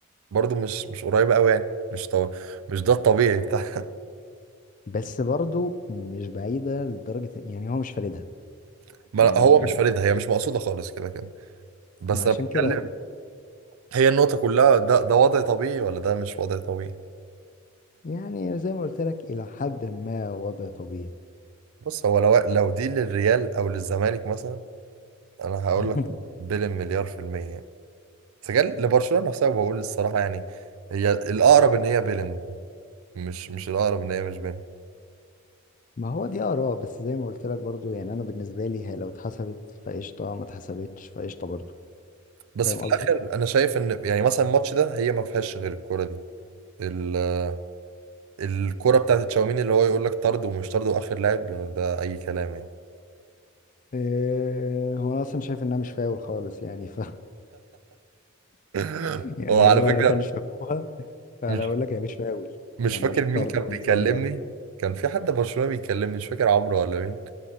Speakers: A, on the right; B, on the left.
A: برضه مش مش قريبه قوي يعني مش طو... مش ده الطبيعي بتاع
B: بس برضو مش بعيدة لدرجة يعني هو مش فاردها
A: <laughs> ما-
B: يعني
A: هو مش فاردها هي مش مقصوده خالص كده كده بس
B: ما عشان
A: انا بتكلم
B: كده
A: هي النقطة كلها ده ده وضع طبيعي ولا ده مش وضع طبيعي
B: يعني زي ما قلت لك إلى حد ما وضع طبيعي
A: بص هو لو لو دي للريال أو للزمالك مثلا أنا هقول
B: <laughs>
A: لك بيلين مليار في المية يعني بس جال لبرشلونة نفسها بقول الصراحة يعني هي الأقرب إن هي بيلين مش مش الأقرب إن هي مش بيلين
B: ما هو دي آراء بس زي ما قلت لك برضو يعني أنا بالنسبة لي هي لو اتحسبت فقشطة ما اتحسبتش فقشطة برضو
A: بس
B: فاهم
A: في
B: قصدي؟
A: الآخر أنا شايف إن يعني مثلا الماتش ده هي ما فيهاش غير الكورة دي ال- الكورة بتاعت تشاوميني اللي هو يقول لك طرد ومش طرد وآخر لاعب ده أي كلام يعني
B: إيه هو أنا أصلا شايف إنها مش فاول خالص يعني ف <laughs>
A: <laughs>
B: يعني
A: وعلى
B: هو
A: فكرة
B: لو كان شافوها فأنا
A: مش
B: أقول لك هي مش فاول
A: مش
B: يعني
A: فاكر
B: مش
A: مين
B: طرد
A: كان
B: وإنذار
A: بيكلمني
B: بقى
A: كان في حد برشلونة بيكلمني مش فاكر عمرو ولا مين